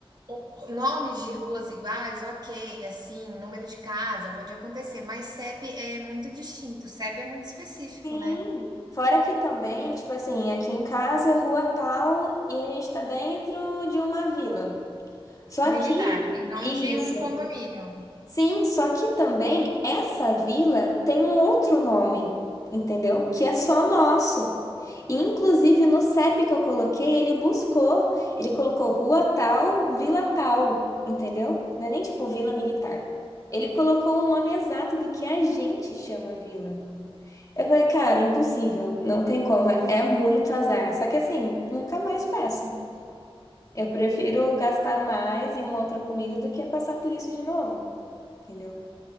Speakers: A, on the right; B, on the left.
A: o nomes de ruas iguais, ok, assim, número de casa pode acontecer, mas CEP é muito distinto, CEP é muito específico,
B: Sim,
A: né,
B: fora que também, tipo assim, aqui em casa, é rua tal, e a gente tá dentro de uma vila. Só
A: militar,
B: que,
A: e não
B: isso.
A: de um condomínio.
B: Sim, só que também essa vila tem um outro nome, entendeu? Que é só nosso. E, inclusive no CEP que eu coloquei, ele buscou, ele colocou rua tal, vila tal, entendeu? Não é nem tipo vila militar. Ele colocou o nome exato do que a gente chama vila. Eu falei, cara, impossível, não tem como, é muito azar. Só que assim, nunca mais peço. Eu prefiro gastar mais em uma outra comida do que passar por isso de novo, entendeu?